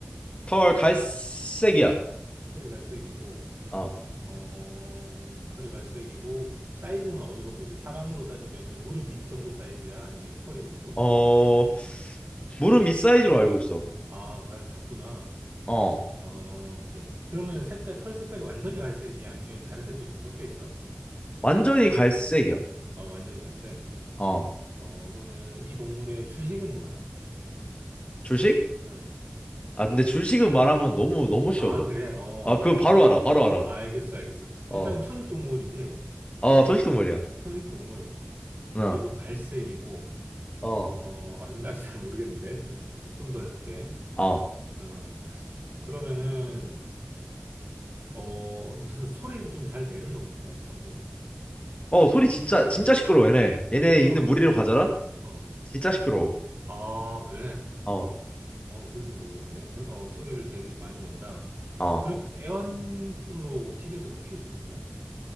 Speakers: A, on the left; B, on the right.
A: 털 갈색이야.
B: 털이 갈색이고,
A: 어,
B: 어, 털이 갈색이고, 사이즈는 어느 정도 돼? 사람으로 따지면은 무릎 밑 정도 사이즈야? 아니면 허리 정도?
A: 어, 물은 밑사이즈로 알고 있어.
B: 아, 다 작구나.
A: 어,
B: 어, 오케이. 그러면 색깔, 털 색깔이 완전히 갈색이야? 아니면 다른 색도 좀 섞여 있어?
A: 완전히 갈색이야.
B: 어, 완전히 갈색.
A: 어,
B: 어, 그러면 이 동물의 주식은 뭐야?
A: 줄식?
B: 응.
A: 아, 근데 줄식은 말하면 너무 너무 쉬워져.
B: 아, 그래? 어, 어.
A: 아, 그건 바로
B: 그-
A: 알아. 바로 알아.
B: 알겠어, 알겠어. 일단
A: 어,
B: 초식 동물이지?
A: 어, 초식 동물이야.
B: 초식 동물.
A: 어,
B: 그리고 갈색이고,
A: 어,
B: 어, 아, 근데 아직 잘 모르겠는데. 좀, 잠시 좀더 해볼게.
A: 어,
B: 어, 그러면은, 어, 무슨 소리를 좀 잘 내는 동물이야? 평소에?
A: 어, 소리 진짜 진짜 시끄러워. 얘네 얘네
B: 아,
A: 있는 무리로 가잖아.
B: 어.
A: 진짜 시끄러워.
B: 아, 그래.
A: 어.
B: 어, 그래도 모르겠네. 저, 어, 소리를 되게 많이 낸다. 음.
A: 어.
B: 그러면 애완으로 집에서도 키울 수 있는 거야?